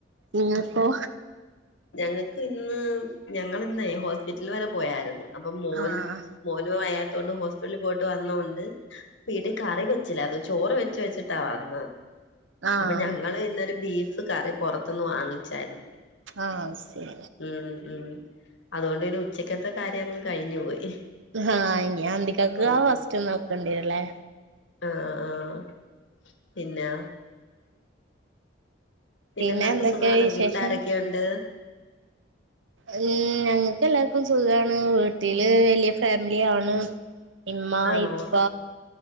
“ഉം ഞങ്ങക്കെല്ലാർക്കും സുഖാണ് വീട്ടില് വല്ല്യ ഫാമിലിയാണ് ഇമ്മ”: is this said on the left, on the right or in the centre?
Right